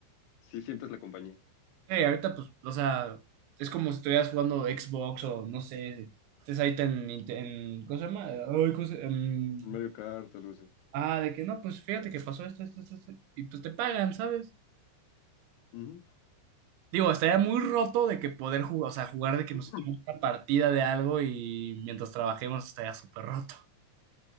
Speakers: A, on the left; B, on the right.
A: sí sientes la compañía.
B: Sí, ahorita pues, o sea, es como si estuvieras jugando Xbox o no sé, estés ahí en, Ninte- en ¿cómo se llama? Ay, ¿cómo se- em,
A: Un Mario Kart, algo así.
B: ah, de que no, pues fíjate que pasó esto, esto, esto, esto, y pues te pagan, ¿sabes?
A: Ujú.
B: Digo, estaría muy roto de que poder jugar, o sea, jugar de que
A: <clears throat>
B: nos echemos una partida de algo y mientras trabajemos estaría súper roto.